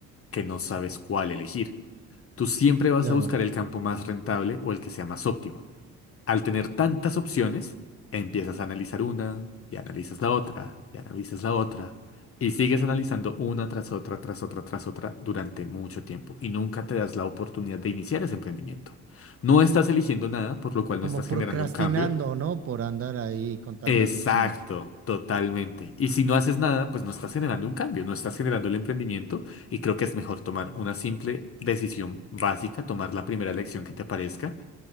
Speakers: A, on the left; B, on the right.
A: que no sabes cuál elegir. Tú siempre vas
B: Claro.
A: a buscar el campo más rentable o el que sea más óptimo. Al tener tantas opciones, empiezas a analizar una y analizas la otra y analizas la otra y sigues analizando una tras otra, tras otra, tras otra durante mucho tiempo y nunca te das la oportunidad de iniciar ese emprendimiento. No estás eligiendo nada, por lo cual
B: Como
A: no estás generando
B: procrastinando,
A: un cambio.
B: ¿no? Por andar ahí con tantas
A: Exacto,
B: opciones.
A: totalmente. Y si no haces nada, pues no estás generando un cambio, no estás generando el emprendimiento y creo que es mejor tomar una simple decisión básica, tomar la primera elección que te aparezca